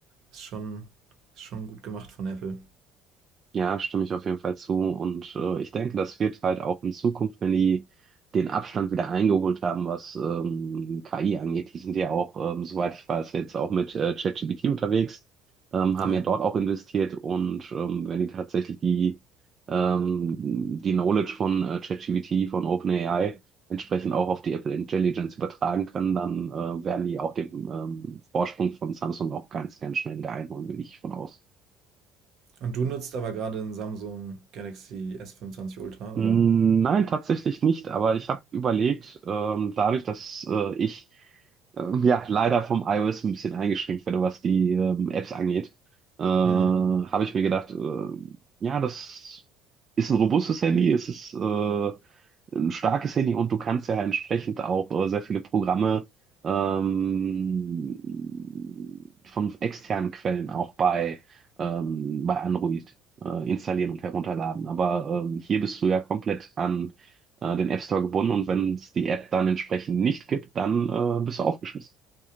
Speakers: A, on the right; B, on the right.
A: Ist schon, ist schon gut gemacht von Apple.
B: Ja, stimme ich auf jeden Fall zu. Und äh, ich denke, das wird halt auch in Zukunft, wenn die den Abstand wieder eingeholt haben, was ähm, KI angeht, die sind ja auch, ähm, soweit ich weiß, jetzt auch mit äh, ChatGPT unterwegs, ähm, haben
A: Ja.
B: ja dort auch investiert. Und ähm, wenn die tatsächlich die, ähm, die Knowledge von äh, ChatGPT, von OpenAI, entsprechend auch auf die Apple Intelligence übertragen können, dann äh, werden die auch den ähm, Vorsprung von Samsung auch ganz, ganz schnell wieder einholen, bin ich von aus.
A: Und du nutzt aber gerade ein Samsung Galaxy S25 Ultra,
B: Mm,
A: oder?
B: Nein, tatsächlich nicht, aber ich habe überlegt, ähm, dadurch, dass äh, ich ähm, ja leider vom iOS ein bisschen eingeschränkt werde, was die ähm, Apps angeht, äh, habe
A: Hm.
B: ich mir gedacht, äh, ja, das ist ein robustes Handy, es ist äh, ein starkes Handy und du kannst ja entsprechend auch äh, sehr viele Programme ähm, von externen Quellen auch bei, ähm, bei Android äh, installieren und herunterladen. Aber ähm, hier bist du ja komplett an äh, den App Store gebunden und wenn es die App dann entsprechend nicht gibt, dann äh, bist du aufgeschmissen.